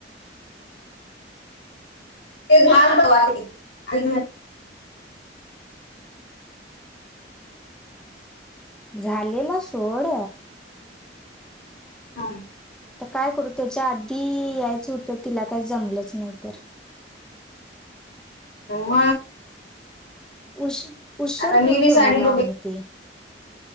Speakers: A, on the left; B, in the centre.
A: <unintelligible>
B: झालेला सोड
A: हा
B: तर काय करू त्याच्या आधी यायचं होतं तिला काही जमलंच नाही तर
A: म म
B: उश उशर
A: आता मी
B: घेऊन
A: बी साडी
B: ठेवलेला
A: बघ
B: आम्ही ते